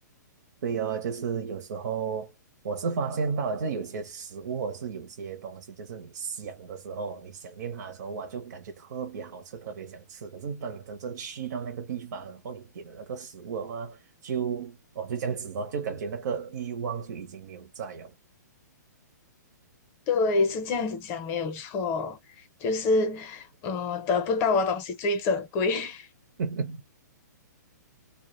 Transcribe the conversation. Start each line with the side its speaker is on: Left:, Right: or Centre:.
Right: 对哦，就是有时候我是发现到了，就是有些食物或是有些东西，就是你想的时候，你想念它的时候，哇，就感觉特别好吃，特别想吃。可是当你真正去到那个地方，然后你点了那个食物的话，就哦就这样子咯，就感觉那个欲望就已经没有在了。
Left: 对，是这样子讲没有错，就是，呃，得不到的东西最珍贵。<laughs>
Right: <laughs>